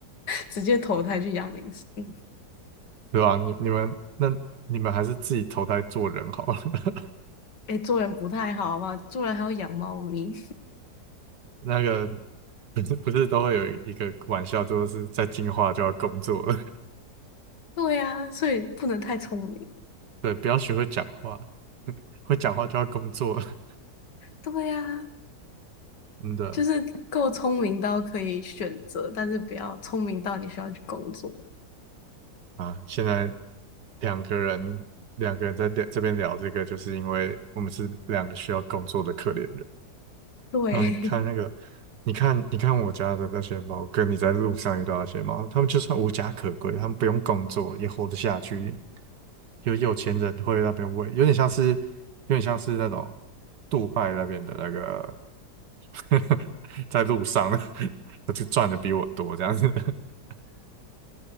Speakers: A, on the left; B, on the right.
A: 直接投胎去养明嗯，
B: 对吧？你你们那你们还是自己投胎做人好了。<laughs>
A: 哎、做人不太好吧？做人还要养猫咪。
B: 那个不是不是都会有一个玩笑，就是在进化就要工作了，
A: <laughs> 对呀、所以不能太聪明。
B: <laughs> 对，不要学会讲话，<laughs> 会讲话就要工作了，
A: 对呀、
B: <laughs> 真的
A: 就是够聪明到可以选择，但是不要聪明到你需要去工作。
B: 啊！现在两个人两个人在聊这边聊这个，就是因为我们是两个需要工作的可怜人。
A: 对，
B: 嗯，你看那个，你看你看我家的那些猫，跟你在路上遇到那些猫，它们就算无家可归，它们不用工作也活得下去。有有钱人会那边喂，有点像是有点像是那种杜拜那边的那个 <laughs> 在路上的，<laughs> 就赚的比我多这样子，<laughs>